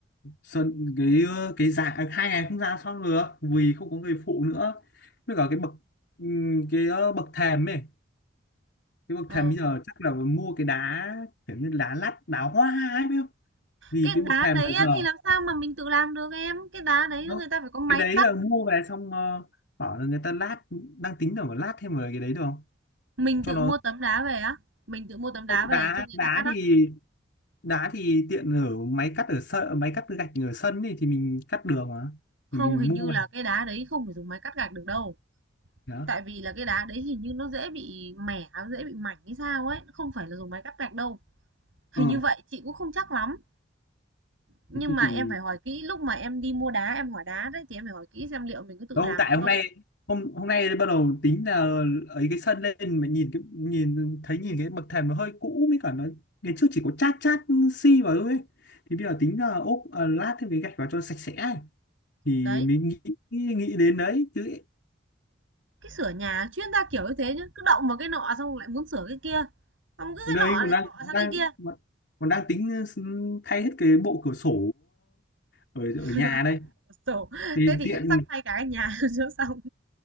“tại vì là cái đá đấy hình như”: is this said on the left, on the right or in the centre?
Right